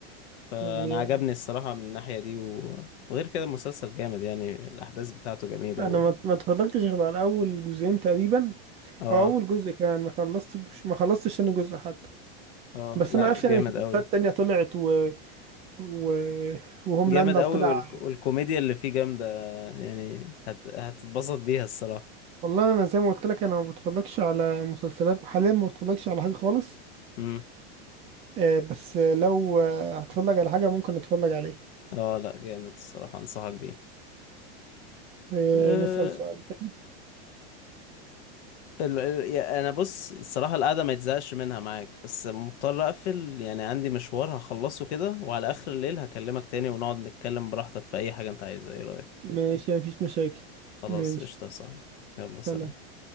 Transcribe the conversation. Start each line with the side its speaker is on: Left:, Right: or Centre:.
Left: فانا
Right: يعني
Left: عجبني الصراحة من الناحية دي و... وغير كده المسلسل جامد يعني الاحداث بتاعته جميلة
Right: انا
Left: وال...
Right: ما ما اتفرجتش غير على اول جزئين تقريبا
Left: اه
Right: او اول جزء كمان ما خلصتش ما خلصتش ثاني جزء حتى
Left: اه
Right: بس
Left: لا
Right: انا عارف
Left: جامد
Right: يعني في شخصيات
Left: قوي
Right: تانية طلعت و... و... وهوملاندر
Left: جامد قوي
Right: طلع
Left: والك... والكوميديا اللي فيه جامدة يعني هت... هتتبسط بيها الصراحة
Right: والله انا زي ما قلت لك انا ما بتفرجش على مسلسلات حاليا ما بتفرجش على حاجه خالص
Left: امم
Right: آه، بس لو آه، هتفرج على حاجه ممكن اتفرج عليه
Left: اه لا جامد الصراحة انصحك بيه
Right: آه،
Left: آه،
Right: نسأل سؤال تاني
Left: ال... ال... يا- انا بص الصراحه القعده ما يتزهقش منها معاك بس مضطر اقفل يعني عندي مشوار هخلصه كده وعلى اخر الليل هكلمك تاني ونقعد نتكلم براحتك في اي حاجه انت عايزها ايه رايك
Right: ماشي مفيش مشاكل
Left: خلاص
Right: ماشي
Left: قشطه يا صاحبي يلا سلام
Right: سلام